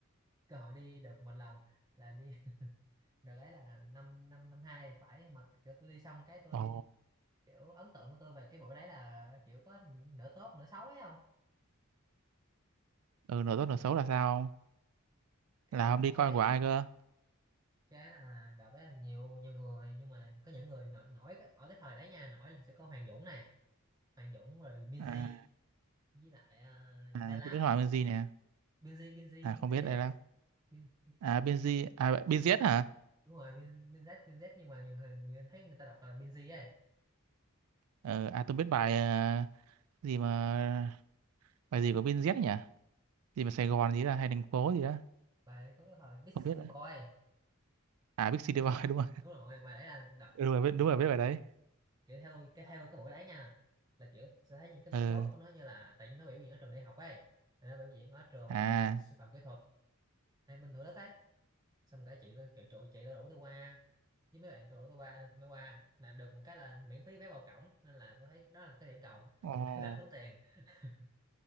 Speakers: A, on the right; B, on the right.
A: cơ hội đi được một lần là đi <laughs> đợt ấy là năm năm năm hai phải mà kiểu tôi đi xong cái tôi
B: Ồ,
A: kiểu ấn tượng của tôi về cái bộ đấy là kiểu có nửa tốt nửa xấu ấy không
B: ừ, nửa tốt nửa xấu là sao? ông?
A: kiểu
B: Là ông đi coi
A: cái đấy
B: của ai cơ?
A: cái là đợt đấy là nhiều nhiều người nhưng mà có những người nổi, nổi cái- ở cái thời đấy nha nổi là sẽ có Hoàng Dũng này Hoàng Dũng rồi Binz
B: À,
A: với lại
B: à
A: uh, Đà Lạt
B: tôi biết hỏi bên gì nè.
A: Binz Binz
B: À
A: Binz
B: không
A: ấy
B: biết đây đâu.
A: Bin,
B: À bên gì? À bên Z hả?
A: đúng rồi Bin, Binz Binz nhưng mà nhiều người, người thấy người ta đọc là Binz ấy
B: Ờ, à tôi biết bài ờ, gì mà bài gì của bên Z nhỉ? Gì mà Sài Gòn gì là hay thành phố gì đó.
A: bài đấy có cái thời Big
B: Không
A: City
B: biết. nữa.
A: Boy
B: À Big City
A: Nhớ-
B: Boy
A: <laughs>
B: đúng rồi.
A: đúng rồi bài đấy là đợt
B: Ừ, Đúng rồi, biết- đúng
A: kiểu,
B: rồi
A: kiểu
B: biết bài đấy.
A: kiểu theo tôi cái theo tôi cái buổi đấy nha là kiểu sẽ thấy những cái mặt
B: Ừ.
A: tốt của nó như là tại vì nó biểu diễn ở trường đại học ấy Rồi nó biểu diễn ở trường
B: À
A: à, sư phạm kỹ thuật hay bình thường đất ấy xong cả chị tôi kiểu trụ chị tôi rủ tôi qua với mấy bạn tôi rủ tôi qua nên tôi mới qua là được một cái là miễn phí vé vào cổng nên là tôi thấy đó là một cái điểm cộng
B: Ồ.
A: <laughs> đã tốn tiền <laughs>